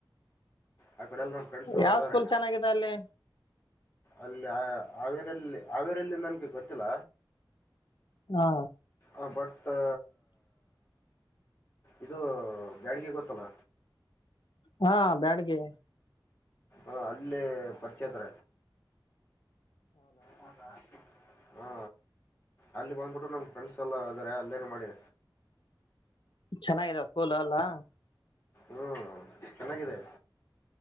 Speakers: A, on the left; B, on the left.
A: ಆ ಕಡೆಲ್ಲ ನಮ್ಮ ಫ್ರೆಂಡ್ಸ್ ಅವರು
B: ಯಾವ
A: ಅದಾರ
B: ಸ್ಕೂಲ್ ಚೆನ್ನಾಗಿದೆ ಅಲ್ಲಿ
A: ಅಲ್ಲಿ ಹಾವೇರಿ ಯಲ್ಲಿ ಹಾವೇರಲ್ಲಿ ನನಗೆ ಗೊತ್ತಿಲ್ಲ
B: ಹಾ
A: ಆ ಬಟ್ ಮತ್ತ ಇದು ಬ್ಯಾಡಿಗೆ ಗೊತ್ತಲ್ಲ
B: ಹಾ ಬ್ಯಾಡ್ಗೆ
A: ಆ ಅಲ್ಲಿ ಪರಿಚಯಹಿದ್ರ ಹೌದಾ ಹಾ ಅಲ್ಲಿ ಬಂದ್ಬಿಟ್ಟು ನಮ ಫ್ರೆಂಡ್ಸ್ ಎಲ್ಲ ಇದಾರೆ ಅಲ್ಲೇನೆ ಮಾಡಿ
B: ಚೆನ್ನಾಗಿದೆ ಸ್ಕೂಲ್ ಅಲ್ಲಾ
A: ಹ್ಮ್ ಚೆನ್ನಾಗಿದೆ